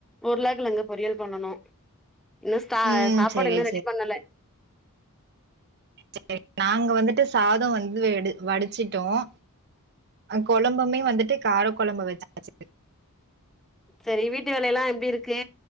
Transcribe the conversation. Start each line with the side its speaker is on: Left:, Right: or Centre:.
Centre: உருளகெழங்கு பொறியல் பண்ணணு இன்னு சா
Right: ம்
Centre: சாப்பாடு
Right: செரி
Centre: இன்னு ரெடி பண்ணல
Right: சரி நாங்க வந்துட்டு சாதோ வந்து வெடு வடுச்சுட்டோம் கொழம்புமே வந்துட்டு கார கொழம்பு வச்சச்சு
Centre: செரி வீட்டு வேலைலா எப்டி இருக்கு